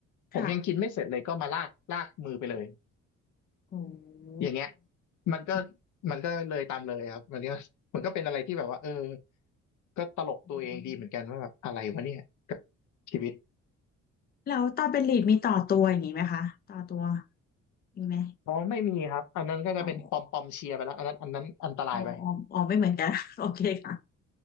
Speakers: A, on the left (about 70°); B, on the left (about 30°).
A: ผมยังกินไม่เสร็จเลยก็มาลากลากมือไปเลย
B: ค่ะโอ้โห
A: อย่างเงี้ยมันก็
B: อ
A: มันก็เลยตามเลยครับมันก็มันก็เป็นอะไรที่แบบว่าเออก็ตลกตัวเองดีเหมือนกันว่าแบบอะไรวะเนี่ยกับ
B: ืม
A: ชีวิต
B: แล้วตอนเป็นลีดมีต่อตัวอย่างนี้ไหมคะต่อตัวมีไหม
A: อ๋อไม่มีครับอันนั้นก็จะเป็นปอมปอมเชียร์ไปแล้วอันนั้นอันนั้นอันตรายไป
B: อ๋ออ๋ออ๋ออ๋อไม่เหมือนกัน <laughs> โอเคค่ะ